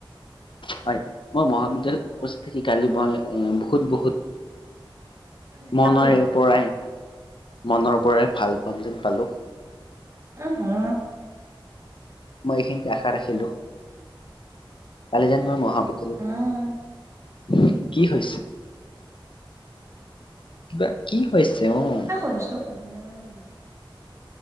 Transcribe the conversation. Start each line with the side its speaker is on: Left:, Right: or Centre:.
Left: হয়, মই মহাবিদ্যালয়ত উপস্থিত থাকি। কালি মই বহুত, বহুত।
Right: তোৰ নেটৱৰ্কটো
Left: মনৰ পৰাই। মনৰ পৰাই ভাল পাম যেন পালোঁ।
Right: অ' হা।
Left: মই এইখিনি আশা ৰাখিলোঁ। কালি যেন মই মহাবিদ্যালয়ত
Right: উম
Left: কি হৈছে? কিবা কি হৈছে ও‌ঁ?
Right: তাকে কৈ আছো উহু বুলি